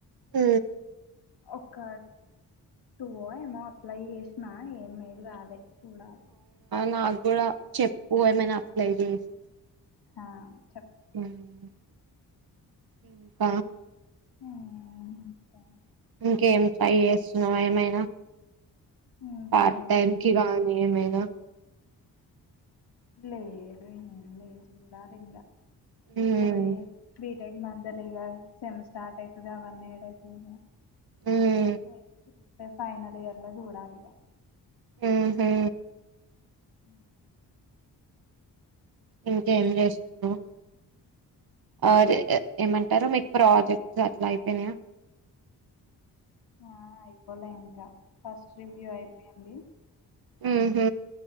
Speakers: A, on the right; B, on the left.
A: అ
B: ఒక టూ ఏమో అప్లై చేసినా ఏం మెయిల్ రదే చూడాలి
A: నాగ్గుడా చెప్పు ఏమైనా అప్లై జేస్
B: హా చెప్
A: హ్మ్ ఇంక
B: హ్మ్ ఇంకా
A: ఇంకేం ట్రై జేస్తున్నవా ఏమైనా
B: ఇంకేముంది
A: పార్ట్ టైమ్ కి రానీ ఏమైనా
B: లేదు ఏం లేద్ జూడాలింగా
A: ఉమ్
B: ఇప్పుడు ఈ బి టె మద్యలిగా సెమ్ స్టార్ట్ అయితది అవన్నేడైతయ్ ఇగా
A: ఉమ్
B: <unintelligible> వస్తే ఫైనల్ ఇయర్ ల చూడాలిగా
A: ఉమ్ హు
B: హ్మ్
A: ఇంకేం జేస్తున్నవ్ అరే ఏ ఏమంటారు మీకు ప్రాజెక్ట్స్ అట్ల అయిపోయినయా?
B: ఆ అయిపోలే ఇంకా ఫస్ట్ రివ్యూ అయిపోయింది
A: ఉమ్ హ్